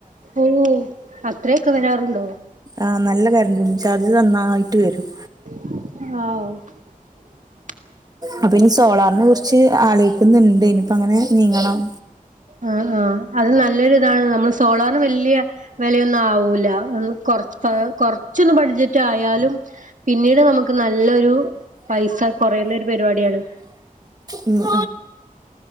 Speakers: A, on the right; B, on the right.
A: ഓ അത്രയൊക്കെ വരാറുണ്ടോ
B: ആഹ് നല്ല കാരണ്ട് ചാർജ് നന്നായിട്ട് വരും
A: ഓ
B: അപ്പൊ ഇനി സോളാറിനെ കുറിച്ച് ആലോചിക്കുന്നുണ്ട് ഇനിപ്പ അങ്ങനെ നീങ്ങണം
A: ആഹ് ആഹ് അത് നല്ലൊരു ഇതാണ് നമ്മള് സോളാറിന് വല്യ വിലയൊന്നും ആവൂല കൊറ കൊറച്ചന്ന് ബാഡ്ചറ്റആയാലും പിന്നീട് നമക്ക് നല്ലൊരു പൈസ കുറയുന്ന ഒരു പരിപാടിയാണ്
B: ഉം ഉം